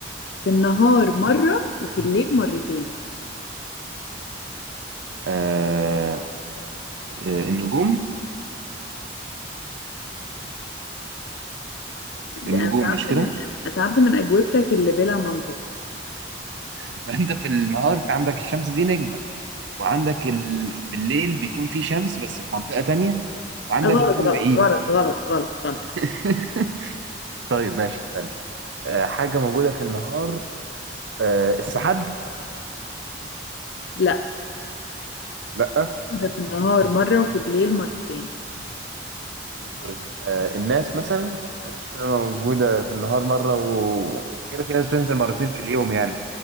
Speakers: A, on the left (about 65°); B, on the right (about 75°).
A: في النهار مرة وفي الليل مرتين
B: آه آه، النجوم النجوم
A: ده انا تعبت
B: مش كده
A: من تعبت من اجوبتك اللي بلا منطق
B: <laughs> ما انت في النهار في عندك الشمس دي نجمة وعندك ال... بالليل بيكون في شمس بس في منطقة تانية وعندك
A: غلط
B: نجوم
A: غلط
B: بعيدة
A: غلط غلط غلط غلط
B: <laughs> طيب ماشي استنى آه حاجة موجودة في النهار آه السحاب
A: لا
B: لا
A: موجودة في النهار مرة وفي الليل مرتين
B: بالليل مرتين آه الناس مثلا الناس بتكون موجودة في النهار مرة و- وكده في ناس بتنزل مرتين في اليوم يعني